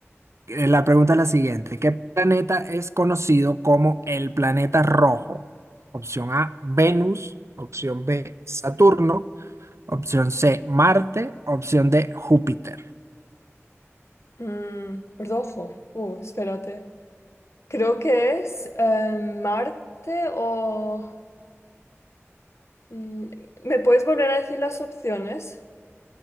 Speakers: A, on the right; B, on the left.
A: Eh, la pregunta es la siguiente. ¿Qué planeta es conocido como el planeta rojo? Opción A, Venus. Opción B, Saturno. Opción C, Marte. Opción D, Júpiter.
B: Mm, rojo. Uh, espérate. Creo que es eh, Marte o... mm, ¿me puedes volver a decir las opciones?